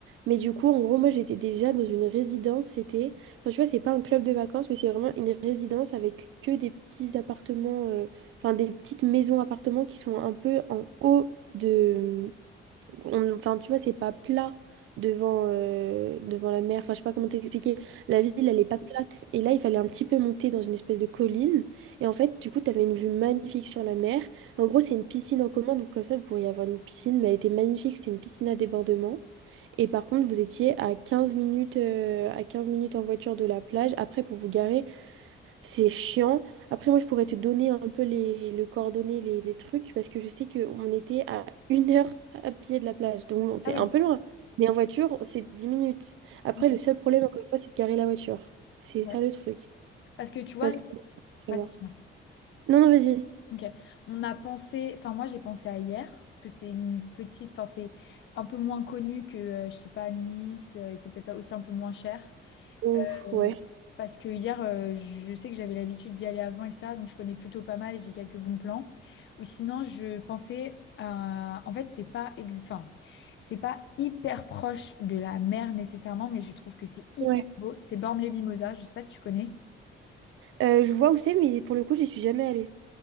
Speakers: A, on the right; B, on the left.
A: Mais du coup, en gros, moi, j'étais déjà dans une résidence. C'était, enfin, tu vois, c'est pas un club de vacances, mais c'est vraiment une résidence avec que des petits appartements, euh, enfin, des petites maisons-appartements qui sont un peu en haut de on- enfin, tu vois, c'est pas plat devant, euh, devant la mer. Enfin, je sais pas comment t'expliquer. La ville, elle est pas plate. Et là, il fallait un petit peu monter dans une espèce de colline. Et en fait, du coup, t'avais une vue magnifique sur la mer. En gros, c'est une piscine en commun. Donc, comme ça, vous pourriez avoir une piscine, mais elle était magnifique. C'était une piscine à débordement. Et par contre, vous étiez à quinze minutes, euh, à quinze minutes en voiture de la plage. Après, pour vous garer, c'est chiant. Après, moi, je pourrais te donner un peu les, le coordonnées, les, les trucs, parce que je sais qu'on était à une heure à pied de la plage. Donc, bon, c'est
B: Ah oui.
A: un peu loin. Mais en voiture, c'est 10 minutes. Après,
B: ok,
A: le seul problème, encore une fois, c'est de garer la voiture. C'est
B: Ouais.
A: ça le truc.
B: Parce que tu vois,
A: Parce
B: nous-
A: que... je
B: vas-y,
A: vais voir.
B: dis-moi.
A: Non, non, vas-y.
B: Ok. On a pensé, enfin moi j'ai pensé à hier parce que c'est une petite, enfin c'est un peu moins connu que euh, je sais pas Nice euh, et c'est peut-être aussi un peu moins cher.
A: Ouf,
B: Euh,
A: ouais.
B: parce que hier, euh, je sais que j'avais l'habitude d'y aller avant, etc. Donc je connais plutôt pas mal et j'ai quelques bons plans. Ou sinon, je pensais à... En fait, c'est pas, ex- enfin, c'est pas hyper proche de la mer nécessairement, mais je trouve que c'est hyper
A: Ouais.
B: beau. C'est Bormes-les-Mimosas, je sais pas si tu connais.
A: Euh, je vois où c'est, mais pour le coup, j'y suis jamais allée.